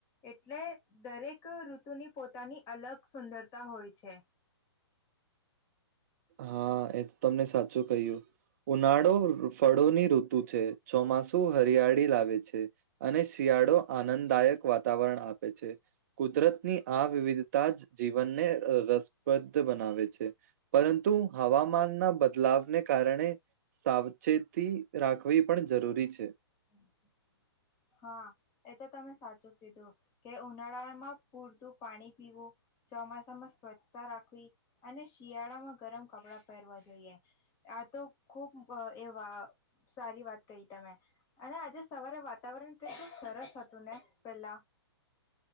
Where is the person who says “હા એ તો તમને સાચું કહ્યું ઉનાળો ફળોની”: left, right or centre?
Right